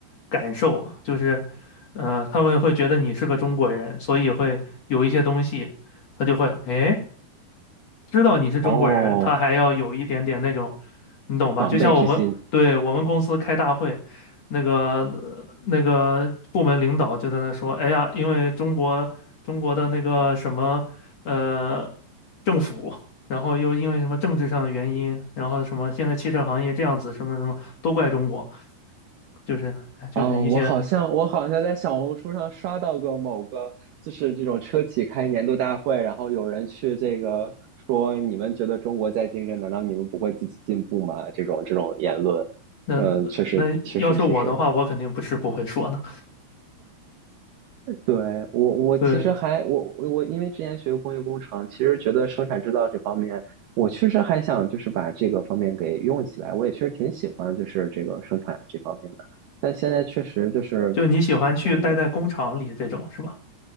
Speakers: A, on the left; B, on the right.
A: 感受，就是呃，他们会觉得你是个中国人，所以会有一些东西，他就会哎。诶知道你是中国人，
B: 哦，
A: 他还要有一点点那种，你懂吧？
B: 防备之心。
A: 就像我们，对，我们公司开大会，那个呃那个部门领导就在那说，哎呀，因为中国中国的那个什么呃政府，然后又因为什么政治上的原因，然后什么现在汽车行业这样子，什么什么都怪中国，就是就是一些
B: 哦，我好像我好像在小红书上刷到过某个，就是这种车企开年度大会，然后有人去这个说，你们觉得中国在竞争，难道你们不会自己进步吗？这种这种言论，
A: 那那要是我的话，
B: 嗯，确实确实确实，
A: 我肯定不是不会说的。
B: 对我我其实还我我我因为之前学工业工程，
A: 对，
B: 其实觉得生产制造这方面，我确实还想就是把这个方面给用起来，我也确实挺喜欢就是这个生产这方面的。但现在确实就是，
A: 就你喜欢去待在工厂里这种是吧？
B: 嗯，